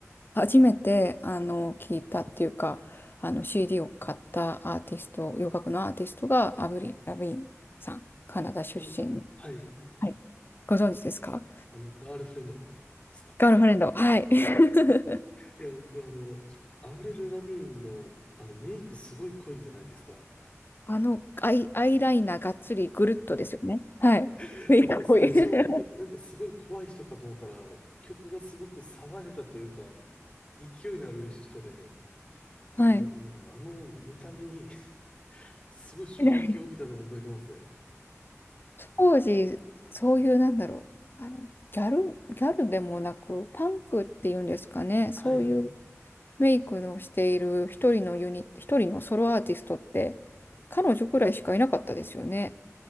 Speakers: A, on the left; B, on the left.
A: 初めてあの聞いたっていうか、あの CD を買ったアーティスト、洋楽のアーティストがアブリル、ラビーンさん、カナダ出身の。
B: お、はい。
A: はいご存知ですか
B: あの、ガールフレンドですか。
A: ガールフレンド。はい。<laughs>
B: いや、僕、あの、アブレル・ラビーンの、あの、メイクすごい濃いじゃないですか。
A: あのアイ、アイライナーがっつりぐるっとですよね。はい。
B: <laughs>
A: メイクっぽい。
B: なんで、最初、
A: <laughs>
B: なんかすごい怖い人かと思ったら、曲がすごく爽やかというか、勢いのある人で、すなんか、
A: はい。
B: あの見た目に <laughs> すごい衝撃を受けたのを覚えてますね。
A: みたいな当時、そういうなんだろう。あの、ギャル、ギャルでもなく、パンクっていうんですかね。
B: はい。
A: そういうメイクのしている一人のユニ、一人のソロアーティストって、彼女くらいしかいなかったですよね。